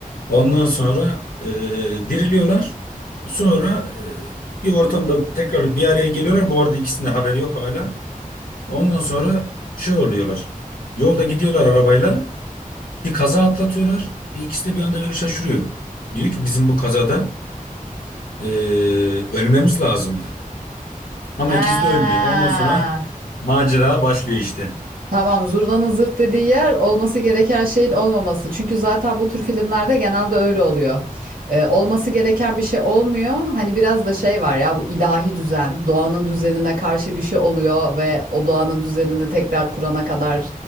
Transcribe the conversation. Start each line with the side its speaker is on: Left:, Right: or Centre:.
Left: Ondan sonra e, diriliyorlar. Sonra e, bir ortamda tekrar bir araya geliyorlar. Bu arada ikisinin de haberi yok hala. Ondan sonra şey oluyorlar. Yolda gidiyorlar arabayla. Bir kaza atlatıyorlar. Ve ikisi de bir anda böyle şaşırıyor. Diyor ki bizim bu kazada Ee, ölmemiz lazımdı.
Right: Ha.
Left: Ama ikisi de ölmüyor. Ondan sonra macera başlıyor işte.
Right: Tamam, zurnanın zırt dediği yer olması gereken şeyin olmaması. Çünkü zaten bu tür filmlerde genelde öyle oluyor. Ee, olması gereken bir şey olmuyor. Hani biraz da şey var ya bu ilahi düzen, doğanın düzenine karşı bir şey oluyor ve o doğanın düzenini tekrar kurana kadar